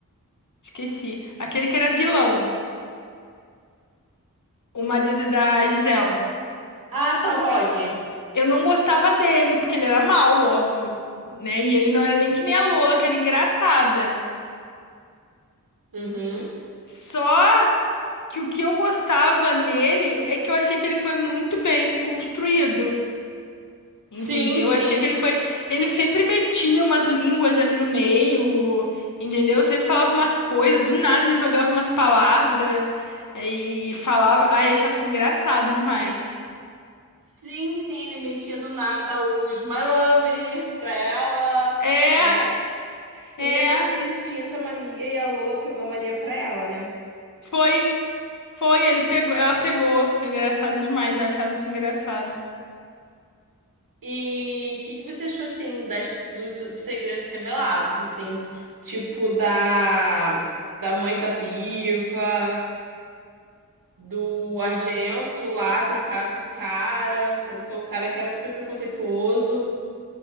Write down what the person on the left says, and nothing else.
esqueci. Aquele que era vilão, o marido da Gisela.
Eu não gostava dele, porque ele era mau, óbvio, né? E ele não era nem que nem a Lola, que era engraçada.
Só que o que eu gostava nele é que eu achei que ele foi muito bem construído.
Entendeu?
Achei que ele foi. Ele sempre metia umas línguas ali no meio, entendeu? Sempre falava umas coisas, do nada ele jogava umas palavras e falava. Ai, achava isso engraçado demais.
É,
é.
Foi, foi, ele pegou, ela pegou. Foi engraçado demais, eu achava isso engraçado.